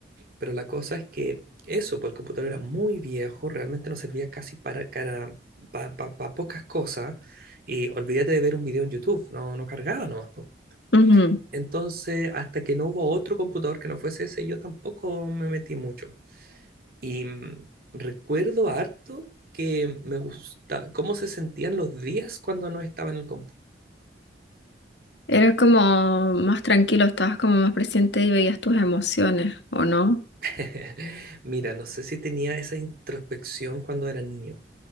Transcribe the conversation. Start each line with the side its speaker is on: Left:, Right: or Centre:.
Right: Pero la cosa es que eso, pues el computador era muy viejo, realmente no servía casi para, para, pa- pa- pa pocas cosas. Y olvídate de ver un video en YouTube, no, no cargaba nomás. po.
Left: Ujú.
Right: Entonces, hasta que no hubo otro computador que no fuese ese, yo tampoco me metí mucho. Y mm, recuerdo harto que me gusta cómo se sentían los días cuando no estaba en el computador.
Left: Era como más tranquilo, estabas como más presente y veías tus emociones, ¿o no?
Right: <laughs> Mira, no sé si tenía esa introspección cuando era niño,